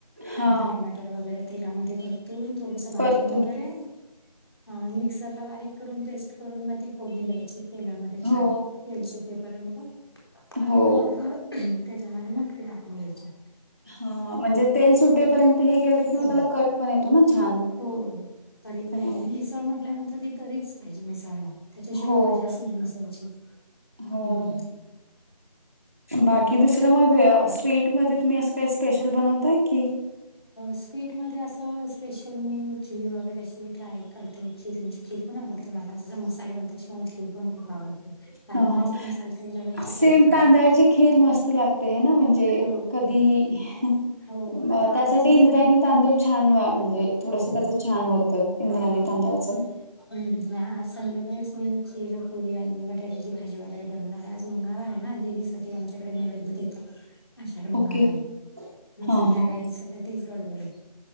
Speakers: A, on the left; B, on the right.
A: कांदा
B: हा
A: टमाटर वगैरे तेलामध्ये परतू तून थोडंसं भाजून
B: परतून
A: वगैरे, हा मिक्सर ला बारीक करून, पेस्ट करून मग ती फोडणी द्यायची तेलामध्ये छान.
B: हो
A: तेल सुटेपर्यंत आणि
B: हो
A: मग, त्याच्या मध्ये मगं ती टाकून घ्यायची.
B: हा म्हणजे तेल सुटेपर्यंत हे केलं की,
A: हो
B: मग त्याला कट पण येतो ना छान.
A: हो तरी पण
B: तर
A: येते,
B: मग
A: आणि मिसळ म्हटल्यानंतर ती तरीच पाहिजे मिसळला. तेच्याशिवाय
B: हो
A: मजाच नाही मिसळची.
B: हो,
A: हम्म
B: बाकी दुसर मग स्वीट मध्ये तुम्ही असं. ते स्पेशल बनवताय की,
A: स्वीटमध्ये असं स्पेशल, मी खीर वगैरे अशी ट्राय करते खीर म्हणजे. खीर पण आवडते मला, जस मसाले मिळत तसे मला खीर पण खूप आवडते. तांदळाची
B: हा.. हा..
A: पण चालते रव्याची
B: सेम
A: चालते
B: तांदळाची खीर मस्त लागते, हे ना म्हणजे
A: हो
B: कधीही. <unintelligible>
A: हो, आता.
B: अ, त्यासाठी
A: आजच मी
B: इंद्रायणी
A: जण
B: तांदूळ छान वा म्हणजे, थोडस
A: हो
B: त्याचं छान होतं इंद्रायणी
A: हो
B: तांदळाचं.
A: हम्म. आज संध्याकाळी मी खीर पुरी आणि बटा बटाट्याची भाजी वगैरे बनवणार आहे. आज मंगळवार आहे ना, देवीसाठी आमच्याकडे नैवेद देतात. आषाढी मंगळवारी
B: ओके
A: मग,
B: हा
A: संध्याकाळी
B: हा
A: सध्या तीच गडबड.